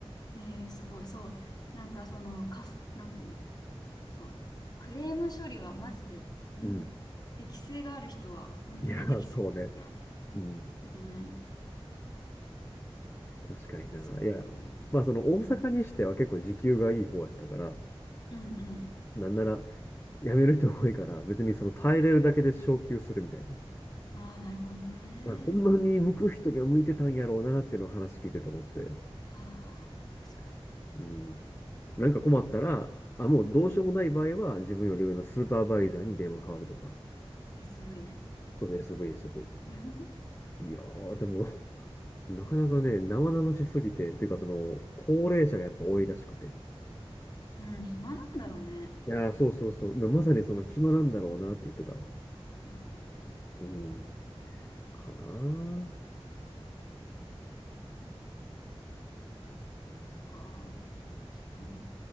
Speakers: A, on the left; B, on the left.
A: うん。ええすごい。そう。なんかその、かす、なんていうのそう。クレーム処理はマジで、みん、
B: うん。
A: 適性がある人は本当に適性があるから、
B: いや、そうね。うん。
A: うん、
B: 確かにな。
A: すごいと思う。
B: いや、まあ、その、
A: うん。
B: 大阪にしては結構時給がいい方やったから、
A: うんう
B: なんなら、辞める人多いから、別にその、耐えれるだけで昇給するみたいな。
A: ん。ああ、なるほどね。
B: まあ、ほんまに向く人には向いてたんやろうなっていうのを話聞いてて思って。
A: ああ、確か
B: うん。なんか困ったら、あ、もうどうしようもない場合は自分より上のスーパーバイザーに電話変わるとか。
A: に。うん。SV ね。
B: そうです、SV、SV。
A: <laughs>
B: いやー、でも、
A: なるほど。
B: <laughs> なかなかね、生々しすぎて、っていうかその、高齢者がやっぱ多いらしくて。
A: うん、暇なんだろうね。
B: いやー、そうそうそう。まさにその暇なんだろうなって言ってたわ。
A: マジでうんうん。そ
B: うん。かなー
A: っか、まあ、確かに。